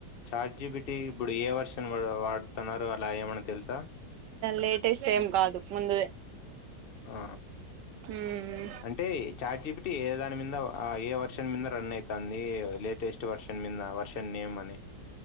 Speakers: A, on the left; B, on the right.
A: చాట్ జీ పి టి ఇప్పుడు ఏ వర్షన్ వా వాడ్ తనరో అలా ఏమన్నా తెలుసా
B: లేటెస్ట్ ఏం కాదు ముందుదే
A: ఆ
B: మ్మ్
A: అంటే చార్జీబిటి ఏద మీద ఆ ఏ వర్షన్ మీిద రన్ అయితఅన్ది లేటెస్ట్ వర్షన్ మీద వర్షన్ నేమ్మని